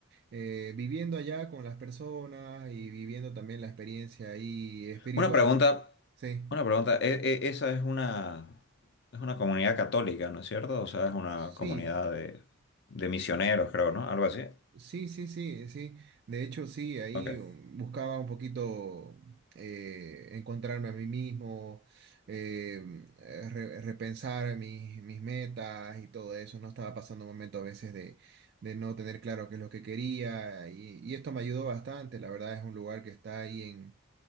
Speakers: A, on the right (about 50°); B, on the left (about 55°).
A: eh, viviendo allá con las personas y viviendo también la experiencia ahí espiritual.
B: Una pregunta,
A: Sí,
B: una pregunta. E- e- esa es una, es una comunidad católica, ¿no es cierto? O sea, es una
A: sí.
B: comunidad de, de misioneros, creo, ¿no? Algo así.
A: Sí, sí, sí, sí. De hecho, sí, ahí
B: Ok.
A: um, buscaba un poquito eh, encontrarme a mí mismo, eh, mm, eh, re- repensar mis, mis metas y todo eso. No estaba pasando un momento a veces de, de no tener claro qué es lo que quería y, y esto me ayudó bastante. La verdad es un lugar que está ahí en,